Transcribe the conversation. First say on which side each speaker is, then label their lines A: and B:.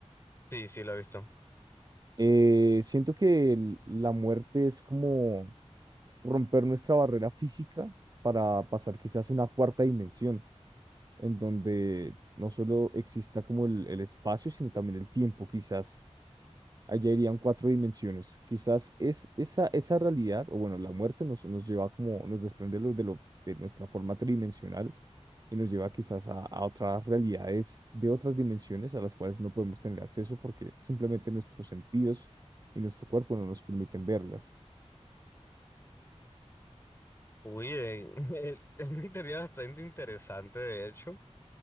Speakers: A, on the left; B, on the right.
A: Sí, sí, lo he visto.
B: Eh, siento que el- la muerte es como... romper nuestra barrera física para pasar quizás a una cuarta dimensión, en donde no solo exista como el, el espacio, sino también el tiempo, quizás allá irían cuatro dimensiones. Quizás es esa, esa realidad, o bueno, la muerte nos, nos lleva como, nos desprende lo, de, lo, de nuestra forma tridimensional y nos lleva quizás a, a otras realidades de otras dimensiones a las cuales no podemos tener acceso porque simplemente nuestros sentidos y nuestro cuerpo no nos permiten verlas.
A: Uy, eh, <laughs> es una teoría bastante interesante, de hecho.